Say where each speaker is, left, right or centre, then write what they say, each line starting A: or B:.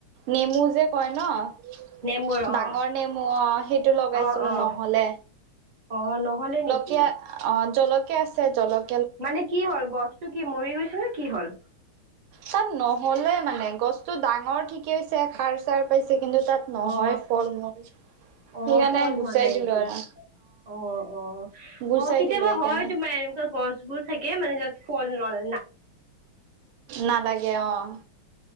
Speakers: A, on the right; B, on the right.
A: নেমু যে কয় ন'
B: নেমুৰ
A: ডাঙৰ
B: অ
A: নেমু অ' সেইটো লগাইছিলোঁ
B: অ অ
A: নহ'লে।
B: অ' নহ'লে নেকি?
A: তিয়া অ' জলকীয়া আছে জলক
B: মানে কি হ'ল গছটো কি মৰি গৈছে নে কি হ'ল?
A: তাত নহ'লে মানে, গছটো ডাঙৰ ঠিকেইছে, সাৰ চাৰ পাইছে কিন্তু তাত নহয়
B: অ
A: ফল মূল।
B: অ'
A: সেইকাৰণে
B: ফল হোৱা
A: গুচাই
B: নাই
A: দিলো
B: নেকি?
A: আৰু
B: অ', অ',
A: গুচাই
B: অ' কেতিয়াবা
A: দিলো সেইকাৰণে
B: হয় তোমাৰ এনেকুৱা গছবোৰ থাকে মানে যাত ফল নল না
A: নালাগে অ'।